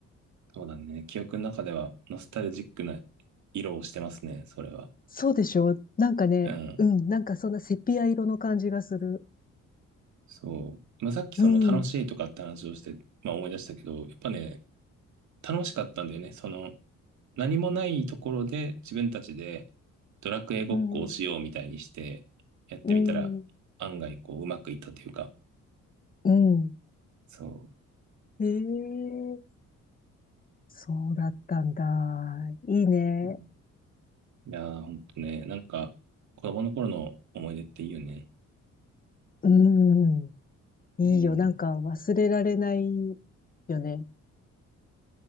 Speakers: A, on the right (about 70°); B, on the left (about 30°).
A: そうだね。記憶の中ではノスタルジックな色をしてますね、それは。
B: そうでしょなんかね、
A: うん。
B: うん、なんかそんなセピア色の感じがする。
A: そう。まあ、さっきその楽しいとかって話をして、
B: うん、
A: まあ、思い出したけど、やっぱね、楽しかったんだよね。その、何もないところで自分たちでドラクエごっこをしようみたいにして、
B: うん、
A: やってみたら案外こううまくいったというか、
B: うん、うん。
A: そ
B: ええそうだったんだ。いいね。
A: ういやー、ほんとね、なんか子供の頃の思い出っていいよね。
B: うん。いいよ。
A: う
B: なんか忘れられないよね。